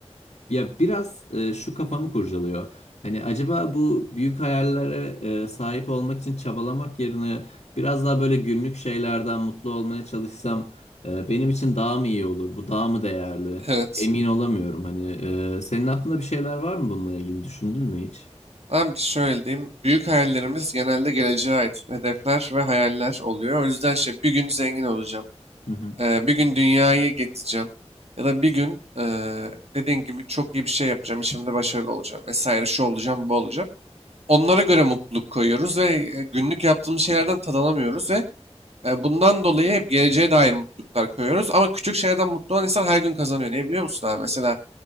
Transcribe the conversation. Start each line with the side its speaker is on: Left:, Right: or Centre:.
Left: ya biraz e, şu kafamı kurcalıyor. Hani acaba bu büyük hayallere e, sahip olmak için çabalamak yerine biraz daha böyle günlük şeylerden mutlu olmaya çalışsam e, benim için daha mı iyi olur? Bu daha mı değerli?
Right: evet.
Left: Emin olamıyorum hani. e, senin aklında bir şeyler var mı bununla ilgili? Düşündün mü hiç?
Right: Abi şöyle diyeyim. Büyük hayallerimiz genelde geleceğe ait hedefler ve hayaller oluyor. O yüzden şey bir gün zengin olacağım.
Left: Hı hı.
Right: eee, bir gün dünyayı gezeceğim. Ya da bir gün eee dediğin gibi çok iyi bir şey yapacağım. işimde başarılı olacağım vesaire. Şu olacağım, bu olacağım. Onlara göre mutluluk koyuyoruz ve e, günlük yaptığımız şeylerden tad alamıyoruz ve e, bundan dolayı hep geleceğe dair mutluluklar koyuyoruz. Ama küçük şeylerden mutlu olan insan her gün kazanıyor. Niye biliyor musun abi? Mesela